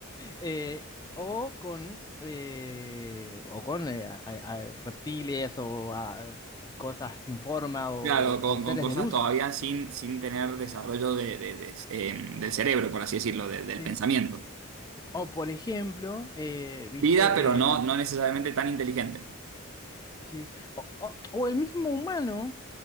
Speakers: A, on the left; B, on the right.
A: Eh, o con, eh, o con eh, a- a- a reptiles o a cosas sin forma o,
B: Claro, con,
A: o seres
B: con cosas
A: de luz,
B: todavía sin, sin tener desarrollo de, de- de- em, del cerebro, por así decirlo, de- del
A: ¿sí?
B: pensamiento.
A: O por ejemplo, eh, viste,
B: Vida, pero no,
A: em,
B: no necesariamente tan inteligente.
A: ¿sí? O, o- o el mismo humano